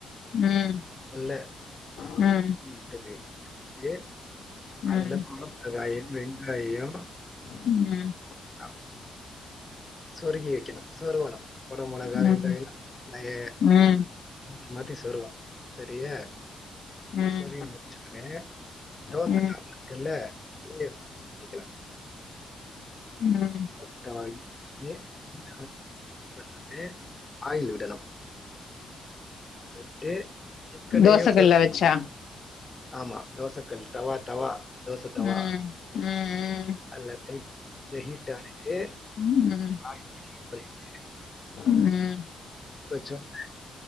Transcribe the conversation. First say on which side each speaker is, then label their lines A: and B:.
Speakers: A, on the left; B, on the left.
A: ம்
B: உள்ள
A: ம்
B: கம்பி இருக்குது ட்டு
A: ம்
B: அதுல <unintelligible> வெங்காயம்
A: ம் ம்
B: அப் சொருகி வைக்கணு சொருவனு கொடமொழகா
A: ம்
B: வெங்கடயெல்லா பழைய
A: ம்
B: மாத்தி மாத்தி சொருவணு சரியே
A: ம்
B: சொருவி முடிச்சுன்னே தோசக்கல்லு
A: ம்
B: இருக்குள்ள இங்க வைக்கலா
A: ம்
B: <unintelligible> இப்பைலந்தே ஆயில் விடணு கொஞ்ஜொ விட்டு சிக்கனையும்
A: தோசைக்கல்ல
B: சொ
A: வச்சா
B: ஆமா தோசைக்கல் தவா தவா தோசை தவா
A: ம் ம்
B: அத்ல ஹிட் ஹீட் ஆயிட்டு
A: ம் ம்
B: அல்லது ஹீட் பண்ணிட்டு
A: ம்
B: கொஞ்சொண்டு